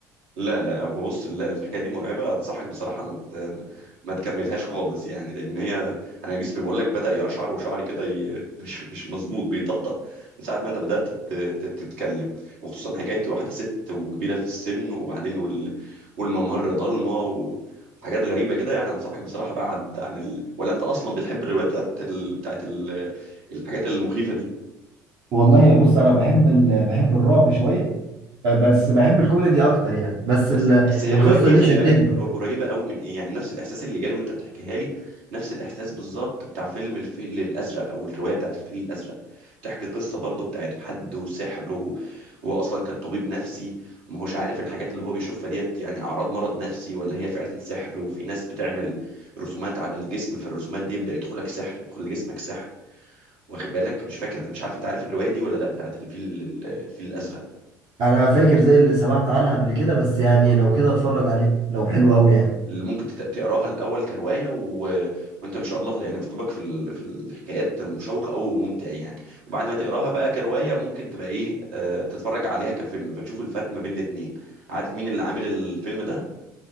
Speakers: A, on the right (about 70°); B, on the right (about 50°).
A: لا لا هو بص لا الحكايه دي مرعبه انصحك بصراحه ما ت- ما تكملهاش خالص يعني لان هي انا جسمي بيقول لك بدا يقشعر وشعري كده ي... <laughs> مش مش مظبوط بيطقطق من ساعه ما انت بدات تت... تت- تتكلم وخصوصا حكايه واحده ست وكبيره في السن وبعدين وال... والممر ضلمه و... وحاجات غريبه كده يعني انصحك بصراحه بعد عن ال... ولا انت اصلا بتحب الروايات بتاعت ال... بتاعت ال... الحاجات المخيفه دي
B: والله بص انا بحب ال... بحب الرعب شويه آه، بس بحب الكوميدي اكتر يعني بس ال...
A: بس بس هي
B: القصه
A: الروايه دي
B: دي
A: خلي
B: شدتني
A: بالك قر- قريبه قوي من ايه يعني نفس الاحساس اللي جالي وانت بتحكيها لي نفس الاحساس بالظبط بتاع فيلم الفيل الازرق او الروايه بتاعت الفيل الازرق بتحكي قصه برضه بتاعت حد وسحر وهو اصلا كان طبيب نفسي وما هوش عارف الحاجات اللي هو بيشوفها ديت يعني اعراض مرض نفسي ولا هي فعلا سحر وفي ناس بتعمل رسومات على الجسم في الرسومات دي يبدا يدخلك سحر يدخل لجسمك سحر واخد بالك مش فاكر مش عارف انت عارف الروايه دي ولا لا بتاعت الفيل الفيل الازرق
B: انا فاكر زي اللي سمعت عنها قبل كده بس يعني لو كده اتفرج عليها لو حلو قوي يعني
A: اللي ممكن تت- تقراها الاول كروايه و... وانت ما شاء الله يعني اسلوبك في ال... في الحكايات مشوق قوي وممتع يعني وبعد ما تقراها بقى كروايه ممكن تبقى ايه آه تتفرج عليها كفيلم فتشوف الفرق ما بين الاتنين عارف مين اللي عامل الفيلم ده